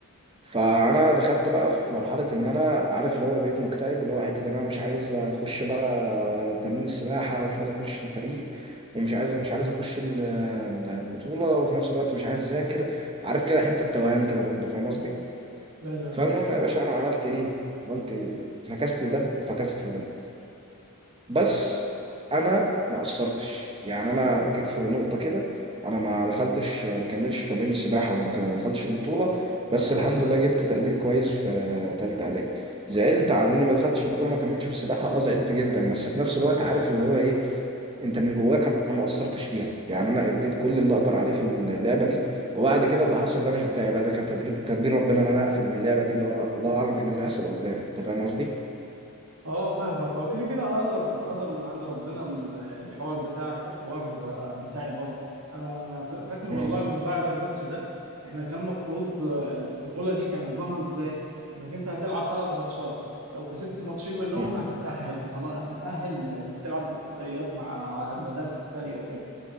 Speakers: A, on the right (about 25°); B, on the right (about 75°).
A: فانا دخلت بقى في مرحله ان انا عارف اللي هو بقيت مكتئب اللي هو حته ان انا مش عايز اخش بقى تمرين السباحه ومش عايز اخش الفريق ومش عايز مش عايز اخش ال- ال- البطوله وفي نفس الوقت مش عايز اذاكر عارف كده حته توهان كده برضو فاهم قصدي
B: ايوه
A: فالمهم
B: نعم
A: يا باشا انا عملت ايه عملت إيه؟ فكستل ده وفكستل ده بس انا ما قصرتش يعني انا جيت في نقطه كده انا ما دخلتش ما كملتش في تمرين السباحه وما كان- ما دخلتش البطوله بس الحمد لله جبت تقدير كويس في ثالثه اعدادي زعلت على اني ما دخلتش البطوله ما كملتش في السباحه اه زعلت جدا بس في نفس الوقت عارف اللي هو ايه انت من جواك انا ما قصرتش فيها يعني انا اديت كل اللي اقدر عليه في اللعبه دي وبعد كده اللي حصل ده مش بتاعي بقى ده كان تدريب تدبير ربنا ان انا اقفل من اللعبه دي اللي هو الله اعلم كان اللي هيحصل قدام انت فاهم قصدي؟
B: اه فاهمك هو كده كده اقدر اقدر من عند ربنا ال- الحوار بتاعك والحوار آه، بتاعي برضه انا ف- فاكر والله
A: مم.
B: من بعد الماتش ده احنا كان مفروض آه، البطولة دي كان نظامها ازاي انك انت هتلعب ثلاث ماتشات لو كسبت ماتشين منهم
A: مم.
B: هتتأهل خلاص هتتأهل لانك تلعب اقصائيات مع المدارس التانية وكده